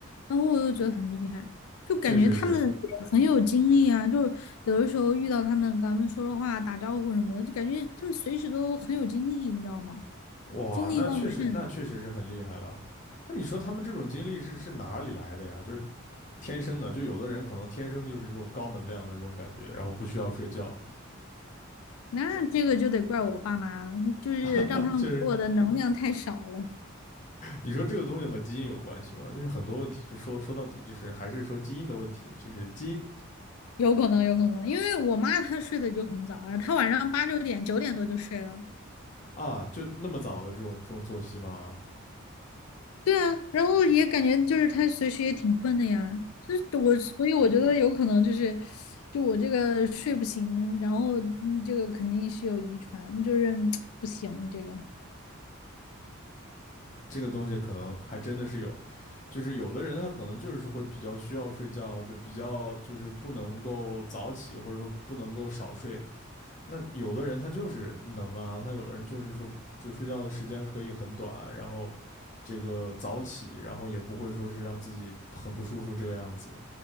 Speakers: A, on the left (about 80°); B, on the left (about 35°).
A: 然后我又觉得很厉害，就感觉他们也很有精力啊，
B: 确实是。
A: 就是有的时候遇到他们跟他们说说话、打招呼什么的，就感觉他们随时都很有精力，你知道吗？
B: 哇，
A: 精力旺嗯盛，
B: 那确实，那确实是很厉害了。那你说他们这种经历是是哪里来的呀？就是天生的，就有的人可能天生就是这种高能量的这种感觉，然后不需要睡觉。
A: 那这个就得怪我爸妈了，就是让他们给我的能量太少了。
B: <laughs> 就是你说这个东西和基因有关系吗？就是很多问题，就说说到底，就是还是说基因的问题，就是基因
A: 有可能，有可能，因为我妈她睡得就很早啊，她晚上八九点、九点多就睡了。
B: 啊，就那么早的这种这种作息吗？
A: 对啊，然后也感觉就是她随时也挺困的呀，就是我，所以我觉得有可能就是，就我这个睡不醒，然后嗯这个肯定是有遗传，就是嗯不行这个。
B: 这个东西可能还真的是有，就是有的人他可能就是会比较需要睡觉，就比较就是不能够早起，或者说不能够少睡。那有的人他就是能啊，他有的人就是说，就睡觉的时间可以很短，然后这个早起，然后也不会说是让自己很不舒服这个样子。